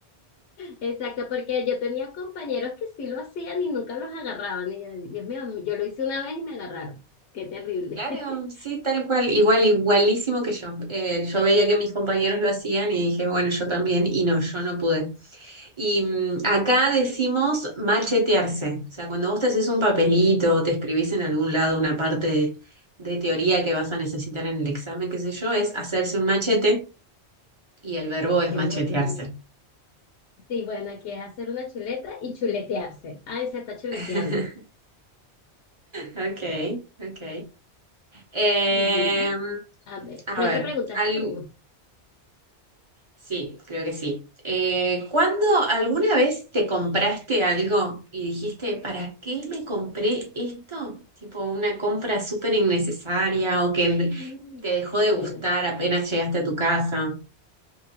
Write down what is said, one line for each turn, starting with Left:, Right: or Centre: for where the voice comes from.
Left: exacto, porque yo tenía compañeros que sí lo hacían y nunca los agarraban. Y yo, Dios mío, yo lo hice una vez y me agarraron. Qué terrible.
Right: Claro,
Left: <laughs>
Right: sí, tal cual, igual, igualísimo que yo. Eh, yo veía que mis compañeros lo hacían y dije, bueno, yo también, y no, yo no pude. Y mm, acá decimos machetearse, o sea, cuando vos te haces un papelito o te escribís en algún lado una parte de, de teoría que vas a necesitar en el examen, qué sé yo, es hacerse un machete Y el verbo es
Left: Qué
Right: machetearse.
Left: loco. Sí, bueno, aquí es hacer una chuleta y chuletearse. Ah, se está chuleteando.
Right: <laughs> Ok, ok. Em,
Left: Ujú. A ver,
Right: a
Left: creo
Right: ver,
Left: que preguntas
Right: al-
Left: tú.
Right: sí, creo que sí. Eh, ¿cuándo alguna vez te compraste algo y dijiste, ¿para qué me compré esto? Tipo una compra súper innecesaria o que en-
Left: Mm.
Right: te dejó
Left: Mira,
Right: de gustar apenas llegaste a tu casa.